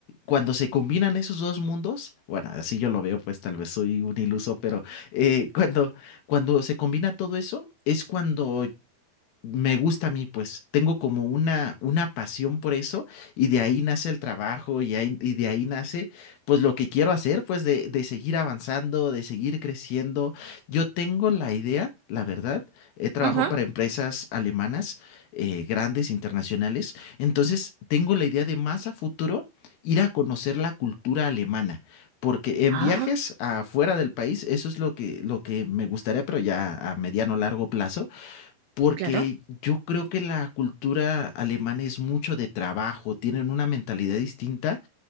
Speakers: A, on the left (about 70°); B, on the right (about 85°).
A: cuando se combinan esos dos mundos, bueno, así yo lo veo, pues tal vez soy un iluso, pero eh, cuando, cuando se combina todo eso, es cuando me gusta a mí, pues tengo como una, una pasión por eso y de ahí nace el trabajo y, ahí- y de ahí nace pues lo que quiero hacer, pues de, de seguir avanzando, de seguir creciendo. Yo tengo la idea, la verdad, he trabajado
B: Ajá.
A: para empresas alemanas eh, grandes, internacionales, entonces tengo la idea de más a futuro ir a conocer la cultura alemana. Porque en
B: Ajá,
A: viajes afuera del país, eso es lo que, lo que me gustaría, pero ya a mediano largo plazo porque
B: claro.
A: yo creo que la cultura alemana es mucho de trabajo, tienen una mentalidad distinta